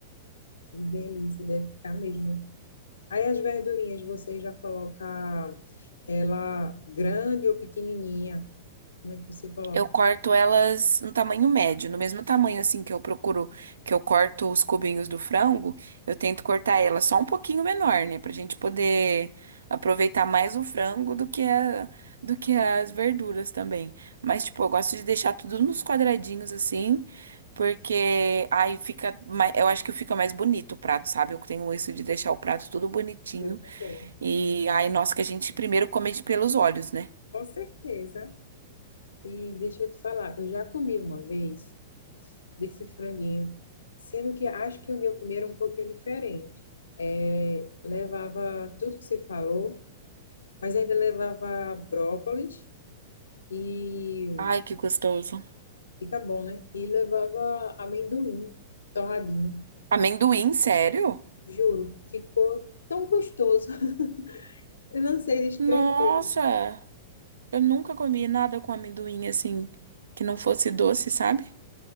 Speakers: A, on the left; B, on the right.
A: Que delícia, deve ficar mesmo. Aí as verdurinhas, você já coloca ela grande ou pequenininha? Como é que você coloca?
B: Eu corto elas no tamanho médio, no mesmo tamanho assim que eu procuro, que eu corto os cubinhos do frango, eu tento cortar ela só um pouquinho menor, né, pra gente poder aproveitar mais o frango do que a- do que as verduras também. Mas tipo, eu gosto de deixar tudo nos quadradinhos assim, porque aí fica, mai- eu acho que fica mais bonito o prato, sabe? Eu tenho isso de deixar o prato tudo bonitinho
A: Eu também,
B: e aí, nossa, que a gente primeiro come de pelos olhos, né?
A: com certeza. E deixa eu te falar, eu já comi uma vez desse franguinho, sendo que acho que onde eu comi era um pouquinho diferente. É, levava tudo que você falou, mas ainda levava brócolis e
B: Ai, que gostoso.
A: Fica bom, né? E levava amendoim torradinho.
B: Amendoim, sério?
A: Juro, ficou tão gostoso. <laughs> Eu não sei descrever.
B: Nossa, eu nunca comi nada com amendoim assim, que não fosse doce, sabe?